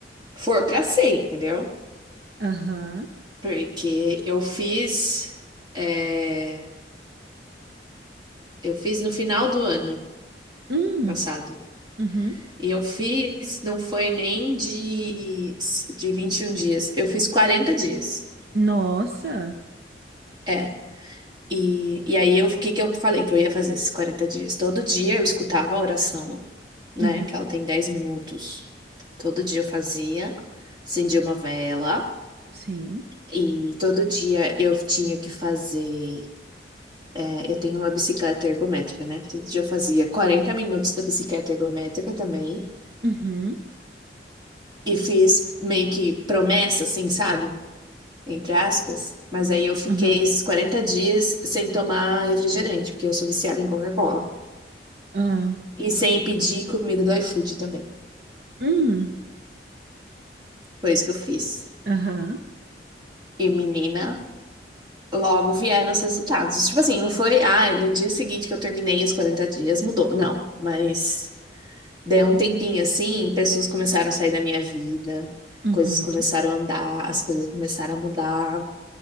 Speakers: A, on the right; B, on the right.
A: for pra ser, entendeu?
B: Aham.
A: Porque eu fiz, é, eu fiz no final do ano
B: Hum.
A: passado.
B: Uhum.
A: E eu fiz, não foi nem de, de 21 dias, eu fiz 40 dias.
B: Nossa.
A: é E, e aí, eu- o que que eu falei que eu ia fazer esses 40 dias? Todo dia eu escutava a oração, né?
B: Uhum.
A: Que ela tem 10 minutos. Todo dia eu fazia, acendia uma vela.
B: Sim.
A: E todo dia eu tinha que fazer. é, eu tenho uma bicicleta ergométrica, né? Todo dia eu fazia 40 minutos da bicicleta ergométrica também.
B: Uhum.
A: E fiz meio que promessa, assim, sabe? Entre aspas. Mas aí eu fiquei
B: Aham.
A: esses 40 dias sem tomar refrigerante, porque eu sou viciada em Coca-Cola.
B: Aham.
A: E sem pedir comida do iFood também.
B: Hum.
A: Foi isso que eu fiz.
B: Aham.
A: E, menina, logo vieram os resultados. Tipo assim, não foi, ai, no dia seguinte que eu terminei os 40 dias, mudou. Não, mas deu um tempinho assim, pessoas começaram a sair da minha vida,
B: Uhum.
A: coisas começaram a andar, as coisas começaram a mudar.